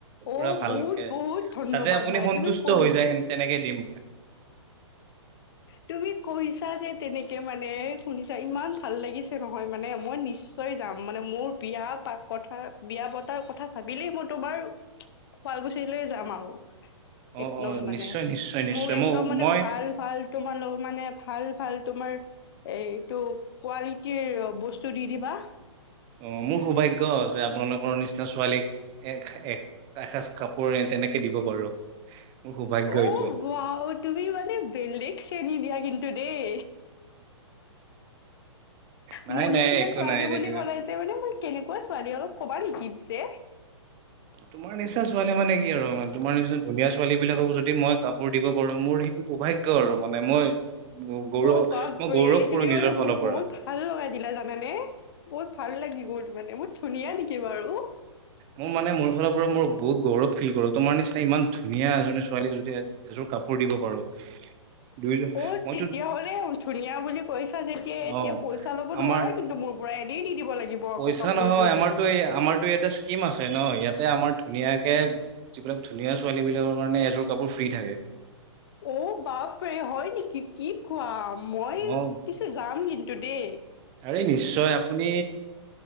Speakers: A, on the right; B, on the left.
A: পুৰা
B: অ'
A: ভালকে
B: বহুত বহুত ধন্যবাদ
A: যাতে আপুনি
B: মানে
A: সন্তুষ্ট
B: তুমি কৈ
A: হৈ যায় তেনেকে দিম।
B: তুমি কৈছা যে তেনেকে মানে শুনিছা ইমান ভাল লাগিছে নহয় মানে মই নিশ্চয় যাম মানে মোৰ বিয়া প কথা বিয়া বতাৰ কথা ভাবিলেই মই তোমাৰ শুৱালকুছিলৈৈ যাম আৰু
A: অ
B: একদম
A: অ
B: মানে
A: নিশ্চয় নিশ্চয় নিশ্চয়
B: মোক একদম
A: মই
B: মানে
A: মই
B: ভাল ভাল তোমাৰে অলপ মানে ভাল ভাল তোমাৰ এইটো কোৱালিটিৰ বস্তু দি দিবা
A: অ মোৰ সৌভাগ্য যে আপোনালোকৰ নিচিনা ছোৱালীক এ এসাঁজ কাপোৰ তেনেকে দিব পাৰো। মোৰ সৌভাগ্য
B: অ
A: এইটো
B: বাও তুমি মানে বেলেগ চেণী দিয়া কিন্তু দেই
A: নাই
B: মোৰ
A: নাই
B: নিচিনা
A: একো
B: ছোৱালী
A: নাই তেনেকুৱা
B: বুলি কলাইছে মানে মই কেনেকুৱা ছোৱালী ও অলপ কবা নেকি পিছে
A: তোমাৰ নিচিনা ছোৱালী মানে কি আৰু তোমাৰ নিচিনা ধুনীয়া ছোৱালী বিলাকক যদি মই কাপোৰ দিব পাৰো মোৰ সেইটো সৌভাগ্য আৰু মানে মই গৌৰৱ
B: অ বাপৰে
A: মই গৌৰৱ কৰো
B: তুমি
A: নিজৰ
B: মানে
A: ফালৰ
B: মোক
A: পৰা
B: বহুত ভাল লগাই দিলা জানানে বহুত ভাল ভাল লাগি গ'ল মানে মোৰ ধুনীয়া নেকি বাৰু
A: মোৰ মানে মোৰ ফালৰ পৰা মই বহুত গৌৰৱ ফিলল কৰো তোমাৰ নিচিনা ইমান ধুনীয়া এজনী ছোৱালী যদি এযোৰ কাপোৰ দিব পাৰো দুইযোৰ
B: অ
A: মইতো
B: তেতিয়া হ'লে ধুনীয়া বুলি কৈছা যেতিয়া এয়া এতিয়া
A: অ
B: পইচা ল'ব
A: আমাৰ
B: নোৱাৰা কিন্তু মোৰ পৰা এনেই দি দিব লাগিব আকৌ
A: পইচা
B: কাপোৰযোৰ
A: নহয় আমাৰতো
B: মোৰ
A: এই আমাৰতো এটা স্কিম আছে ন ইয়াতে আমাৰ ধুনীয়াকে যিবিলাক ধুনীয়া ছোৱালী বিলাকৰ কাৰণে এযোৰ কাপোৰ ফ্ৰী থাকে।
B: অ বাপ প্ৰে হয় নেকি কি কোৱা মই
A: অ
B: পিছে যাম কিন্তু টুডে
A: আৰে নিশ্চয় আপুনি